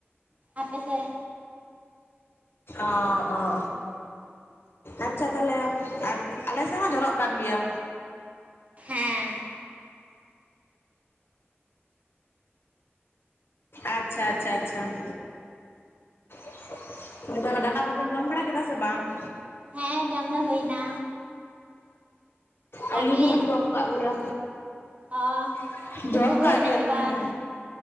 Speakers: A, on the right; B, on the left.
A: ᱟᱯᱮ ᱥᱮᱫ
B: ᱟ ᱚ ᱚ ᱟᱪᱷᱟ ᱛᱟᱦᱞᱮ ᱟᱞᱮ ᱥᱮᱫ ᱦᱚᱸ ᱡᱚᱨᱚᱜ ᱠᱟᱱ ᱜᱮᱭᱟ
A: ᱦᱮᱸ
B: <inaudible> ᱟᱪᱷᱟ ᱟᱪᱷᱟ ᱟᱪᱷᱟ <inaudible> <inaudible> ᱫᱟᱠᱟ ᱠᱚᱵᱮᱱ ᱡᱚᱢ ᱵᱟᱲᱟ ᱠᱮᱫᱟ ᱥᱮ ᱵᱟᱝ
A: ᱦᱮᱸ ᱡᱚᱢ ᱫᱚ ᱦᱩᱭ ᱮᱱᱟ
B: ᱟᱹᱞᱤᱧ
A: ᱟᱹᱵᱤᱱ
B: ᱦᱚᱸᱞᱤᱧ ᱡᱚᱢ ᱠᱟᱜ ᱜᱮᱭᱟ
A: ᱚ
B: <unintelligible>
A: ᱛᱩᱯᱩ
B: ᱡᱚᱢᱠᱟ
A: ᱠᱚ ᱦᱩᱭᱱᱟ
B: ᱜᱮᱭᱟᱞᱤᱧ
A: ᱥᱮ ᱵᱟᱝ